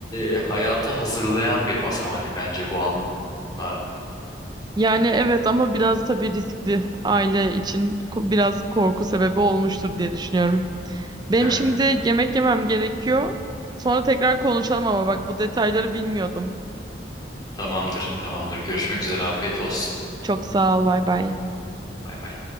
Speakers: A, on the left (about 25°); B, on the right (about 25°).
A: e, hayata hazırlayan bir basamak bence bu anlar.
B: Yani evet ama biraz tabii riskli aile için ko- biraz korku sebebi olmuştur diye düşünüyorum. Benim
A: Evet,
B: şimdi yemek yemem gerekiyor. Sonra tekrar konuşalım ama bak bu detayları bilmiyordum.
A: tamamdır, tamamdır. Görüşmek üzere, afiyet olsun.
B: Çok sağ ol, bay bay.
A: Bay bay.